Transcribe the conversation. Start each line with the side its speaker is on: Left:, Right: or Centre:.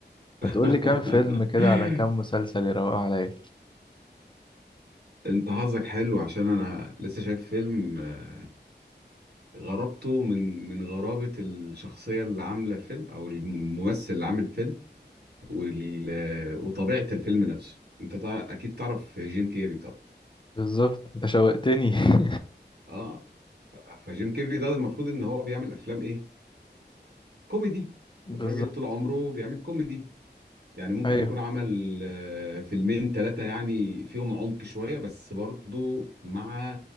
Left: ما
Right: <laughs>
Left: تقول لي كام فيلم كده على كام مسلسل يروقوا عليا
Right: انت حظك حلو عشان انا لسه شايف فيلم آه، غرابته من من غرابة الشخصية اللي عاملة الفيلم او الممثل اللي عامل الفيلم وال... آه، وطبيعة الفيلم نفسه انت طبعا اكيد تعرف جيم كيري طبعا
Left: بالظبط أنت شوقتني <laughs>
Right: اه فجيم كيري ده المفروض ان هو بيعمل افلام ايه كوميدي
Left: بالظبط
Right: الراجل طول عمره بيعمل كوميدي يعني ممكن
Left: أيوه
Right: يكون عمل آه، فيلمين ثلاثة يعني فيهم عمق شوية بس برضو مع